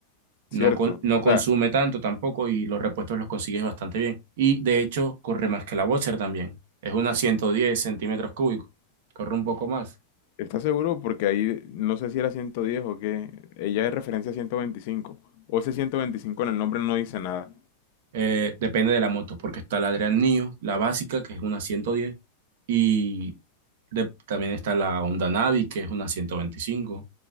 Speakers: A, on the right (about 60°); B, on the left (about 50°).
A: no,
B: Cierto.
A: con- no
B: O
A: consume
B: sea,
A: tanto tampoco y los repuestos los consigues bastante bien. Y de hecho, corre más que la Boxer también. Es una 110 centímetros cúbicos, corre un poco más.
B: ¿estás seguro? Porque ahí no sé si era 110 o qué. Ella es referencia a ciento veinticinco O ese 125 en el nombre no dice nada.
A: Eh, depende de la moto, porque está la Adrian Neo, la básica, que es una 110, y de- también está la Honda Navi, que es una 125.